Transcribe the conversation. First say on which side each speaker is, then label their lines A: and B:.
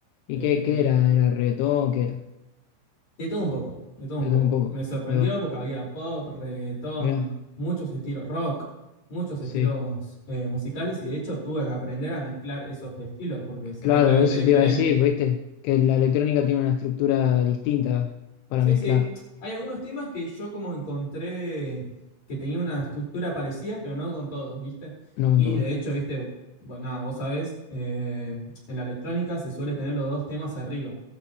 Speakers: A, on the left (about 80°); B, on the left (about 35°).
A: ¿Y
B: Eh,
A: qué, qué era? ¿Era reggaetón? ¿Qué era?
B: de todo un poco, de todo un
A: Reggaetón
B: poco.
A: un poco.
B: Me sorprendió
A: Ahí va.
B: porque había pop, reggaetón,
A: Mirá.
B: muchos estilos rock, muchos
A: Sí.
B: estilos eh, musicales y de hecho tuve que aprender a mezclar esos estilos porque se
A: Claro,
B: mezcla, viste,
A: eso
B: diferente.
A: te iba a decir, ¿viste? Que la electrónica tiene una estructura distinta para
B: Sí,
A: mezclar.
B: sí. Hay algunos temas que yo como encontré que tenía una estructura parecida, pero no con todos, viste.
A: No con
B: Y
A: todo.
B: de hecho, viste, bueno, nada, vos sabés, eh, en la electrónica se suele tener los dos temas arriba,